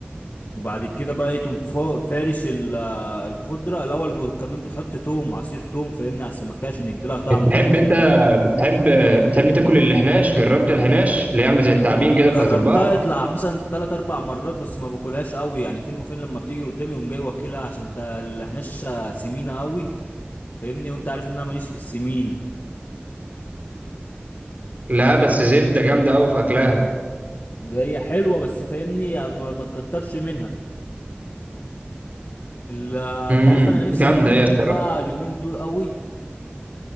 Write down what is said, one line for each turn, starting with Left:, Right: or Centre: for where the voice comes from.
Left: وبعد كده بقى ايه تقوم فا- فارش ال- آه، الخضره الاول ب- كمان بتحط توم عصير توم فاهمني على السمكه عشان يديلها طعم
Right: بتحب
Left: انت عارف
Right: انت
Left: ال-
Right: بتحب بتحب تاكل الحناش جربت الحناش اللي هي عامله زي التعابين كده
Left: جربتها
Right: بتاعت البحر
Left: يطلع مثلا تلات اربع مرات بس ما باكلهاش قوي يعني فين وفين لما بتيجي قدامي قوم جاي واكلها عشان انت اللي احناش سمينه قوي فاهمني وانت عارف ان انا ماليش في السمين
Right: لا بس زبده جامده قوي في اكلها
Left: هي حلوه بس فاهمني ما, ما تكترش منها ال-
Right: امم
Left: انت عارف انا نفسي
Right: جامده
Left: هفاني
Right: هي الصراحه
Left: ايه بقى اليومين دول قوي